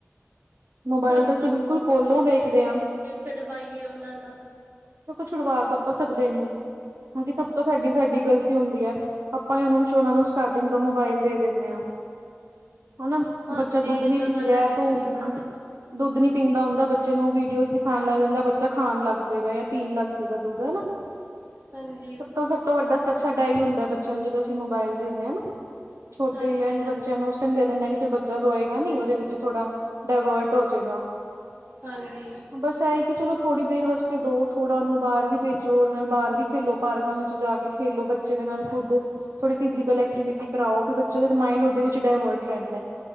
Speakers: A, on the right; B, on the right.
A: ਮੋਬਾਇਲ
B: ਹੁਣ
A: ਤਾਂ ਅਸੀ ਬਿਲਕੁਲ ਕੋਲੋ ਵੇਖਦੇ ਆਂ।
B: ਸ਼ੁੜਵਾਈਏ ਉਹਨਾ ਦਾ
A: ਛੁੜਵਾ ਤਾ ਆਪਾਂ ਸਕਦੇ ਨੀ, ਕੇਓਕਿ ਸਬ ਤੋ ਸਾਡੀ, ਸਾਡੀ ਗਲਤੀ ਹੋਂਦੀ ਐ ਆਪਾਂ ਏ ਓਨਾ ਨੂੰ ਓਨਾ ਨੂੰ, ਸਟਾਟਿਂਗ ਤੋ ਮੋਬਾਇਲ ਦੇ ਦੇਨੇ ਆਂ। ਹਨਾ,
B: ਹਾਂਜੀ
A: ਬੱਚਾ ਦੁਦ
B: ਇਹ
A: ਨੀ
B: ਤਾਂ
A: ਪੀਰੇਆ
B: ਗੱਲ ਹੈਗੀ
A: ਤੂੰ
B: ਆ
A: ਦੁੱਦ ਨੀ ਪੀਂਦਾ ਔਂਦਾ ਬੱਚੇ ਨੂੰ, ਵੀਡੀਓਜ਼ ਦਿਖਾਨ ਲੱਗ ਜਾਦਾਂ ਬੱਚਾ ਖਾਨ ਲਗ ਜੇਗਾ ਯਾ ਪੀਨ ਲਗ ਦਾ ਦੁੱਧ ਹੈ ਨਾ ਸਭ
B: ਹਾਂਜੀ
A: ਤੋਂ ਸਬ ਤੋਂ ਵੱਡਾ ਸਟੈਪ ਸਾਡਾ ਐਈ ਹੁੰਦੈ ਬੱਚੇਆਂ ਨੂੰ ਜਦੋਂ ਅਸੀਂ ਮੋਬਾਈਲ ਦੇਂਨੇ ਆ ਨਾ, ਛੋਟੇ
B: ਹਾਂਜੀ
A: ਐਂਜ
B: ਹਾਂਜੀ
A: ਬੱਚੇਆਂ ਨੂੰ ਦੇ ਦੇਨੇ ਆ ਕਿ ਚਲ ਬੱਚਾ ਰੋਏਗਾ ਨੀ, ਓਦੇ ਵਿੱਚ ਥੋੜਾ ਡਵੇਅਰਟ ਹੋ ਜੇਗਾ।
B: ਹਾਂਜੀ।
A: ਬਸ ਐਈ ਕਿ ਚਲੋ, ਥੋੜੀ ਦੇਰ ਵਸਤੇ ਦੋ ਥੋੜਾ ਓਨੂੰ। ਬਾਰ ਵੀ ਭੇਜੋ ਓਦੇ ਨਾਲ ਬਾਰ ਵੀ ਖੇਲੋ, ਪਾਰਕਾਂ ਵਿੱਚ ਜਾ ਕੇ ਖੇਲੋ ਬੱਚੇ ਦੇ ਨਾਲ ਖੁੱਦ। ਥੋੜੀ ਫਿਜੀ਼ਕਲ ਐਕਟੀਵੀਟੀ ਕਰਾਓ, ਫੇਰ ਬੱਚੇ ਦਾ ਮਾੰਈਡ ਓਦੇ ਵਿੱਚ ਡਾਏਵਰਟ ਰੈਂਦੈ।